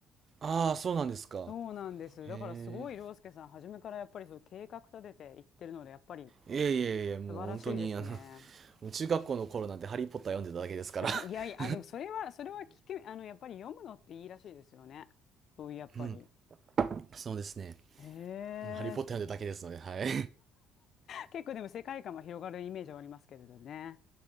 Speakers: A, on the right; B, on the left.
A: ああ、そうなんですか。
B: そうなんです。
A: へえ。
B: だからすごい涼介さん、初めからやっぱりそう計画立てていってるので、やっぱり
A: いやいやいや、もう本当に、
B: 素晴らしいですね。
A: あの、中学校の頃なんてハリーポッター読んでただけですから。
B: <laughs>
A: <laughs>
B: いやいや、あでもそれは、それは聞く、あの、やっぱり読むのっていいらしいですよね。そういう、やっぱり。
A: うん。そうですね。
B: へえ、
A: もうハリーポッター読んでただけですので、
B: そう。
A: はい。
B: 結構でも世界観は広がるイメージはありますけれどね。